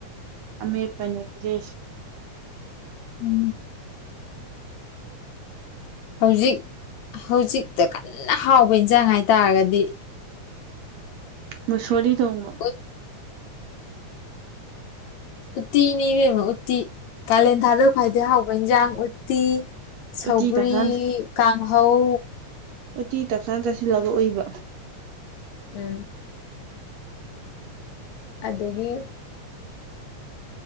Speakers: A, on the right (about 70°); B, on the left (about 75°).
A: ꯑꯃꯦꯠꯄ ꯅꯦ ꯄꯤꯖꯩꯁꯦ
B: ꯎꯝ ꯍꯧꯖꯤꯛ ꯍꯧꯖꯤꯛꯇ ꯀꯟꯅ ꯍꯥꯎꯕ ꯏꯟꯖꯥꯡ ꯍꯥꯏꯇꯥꯔꯒꯗꯤ
A: ꯃꯨꯠꯁꯣꯔꯤ ꯊꯣꯡꯕ
B: ꯑꯣꯏꯠ ꯎꯠꯇꯤꯅꯤ ꯏꯕꯦꯝꯃ ꯎꯠꯇꯤ ꯀꯥꯂꯦꯟ ꯊꯥꯗ ꯈ꯭ꯋꯥꯏꯗꯩ ꯍꯥꯎꯕ ꯏꯟꯁꯥꯡ ꯎꯠꯇꯤ ꯁꯧꯒ꯭ꯔꯤ
A: ꯎꯇꯤ ꯇꯞꯁꯥ
B: ꯀꯥꯡꯍꯧ
A: ꯎꯠꯇꯤ ꯇꯞꯇꯥ ꯆꯥꯁꯤꯜꯂꯒ ꯎꯏꯕ
B: ꯎꯝ ꯑꯗꯒꯤ